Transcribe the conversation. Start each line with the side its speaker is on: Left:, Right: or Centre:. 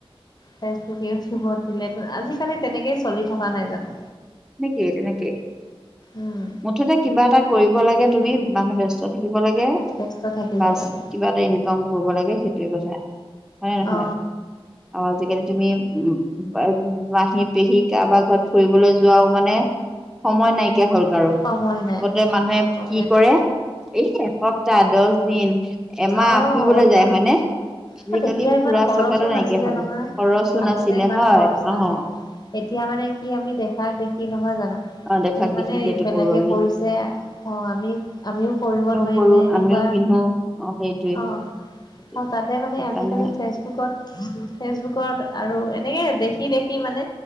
Left: ফেচবুক, ইউটিউবত দিলেটো আজিকালি তেনেকেই চলি থকা নাই জানো?
Centre: <unintelligible>
Left: উম
Centre: মুঠতে কিবা এটা কৰিব লাগে তুমি, মানুহ ব্যস্ত থাকিব লাগে
Left: ব্যস্ত থাকিব
Centre: বাছ
Left: লাগে
Centre: কিবা এটা ইনকাম কৰিব লাগে সেইটোৱে কথা। হয়নে নহয়?
Left: অ
Centre: অ আজিকালি তুমি উ মাহী, পেহী কাৰোবাৰ ঘৰত ফুৰিবলৈ যোৱাও মানে সময় নাইকিয়া হ'ল কাৰো
Left: সময় নাই।
Centre: আগতে মানুহে
Left: সময়
Centre: কি কৰে
Left: নাই
Centre: এ এসপ্তাহ, দচ দিন, এমাহ
Left: অ
Centre: ফুৰিবলৈ
Left: অত
Centre: যায় হয়নে? আজিকালি
Left: তত তেতিয়া
Centre: ফুৰা-চকাটো
Left: ইমান খৰচো
Centre: নাইকিয়া
Left: নাছিলে
Centre: হ'ল,
Left: নহয়।
Centre: খৰচো
Left: আগতে
Centre: নাছিলে
Left: ইমান
Centre: হয়
Left: খৰচ নাছিল
Centre: অহ।
Left: এতিয়া মানে কি আমি দেখাক দেখি নহয় জানো
Centre: অ দেখাক
Left: এই মানে
Centre: দেখি সেইটো
Left: বেলেগে
Centre: কৰো আমি
Left: কৰিছে অ আমি আমিও কৰিব নোৱাৰিম
Centre: কৰো
Left: নে এনেকুৱা
Centre: আমিও পিন্ধো অ সেইটোৱে।
Left: অ
Centre: সেইটোৱে
Left: তাতে মানে
Centre: সেইকাৰণে
Left: আজিকালি ফেচবুকত ফেচবুকৰ আৰু এনেকেই দেখি দেখি মানে